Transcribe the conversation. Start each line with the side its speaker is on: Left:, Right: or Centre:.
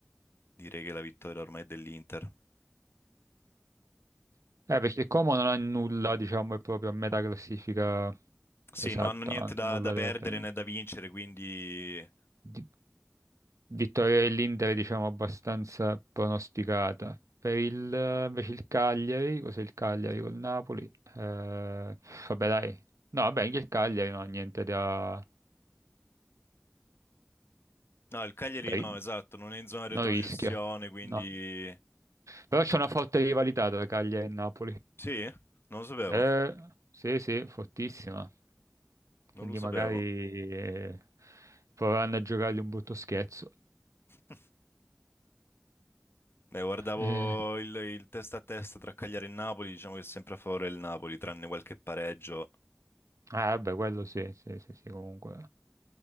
Left: direi che la vittoria ormai è dell'Inter.
Right: Eh, perché Como non ha nulla, diciamo, è proprio a metà classifica
Left: Sì,
Right: esatta,
Left: non hanno niente
Right: non ha
Left: da,
Right: nulla
Left: da perdere
Right: da prendere.
Left: né da vincere, quindi...
Right: Di- Vittoria dell'Inter, diciamo, abbastanza pronosticata. Per il, eh, invece il Cagliari, cos'è il Cagliari col Napoli? Eh, vabbè, dai. No, vabbè, anche il Cagliari non ha niente da...
Left: No, il Cagliari
Right: da ri-
Left: no, esatto, non è in zona retrocessione,
Right: non rischia.
Left: quindi...
Right: No. Però c'è una forte rivalità tra Cagliari e Napoli.
Left: Sì, non lo sapevo,
Right: Eh, sì, sì, fortissima. Quindi
Left: non lo sapevo.
Right: magari eh, proveranno a giocargli un brutto scherzo.
Left: <laughs> Eh, guardavo
Right: Eh,
Left: il, il testa a testa tra Cagliari e Napoli, diciamo che è sempre a favore del Napoli, tranne qualche pareggio.
Right: ah, vabbè, quello sì, sì, sì, sì, comunque.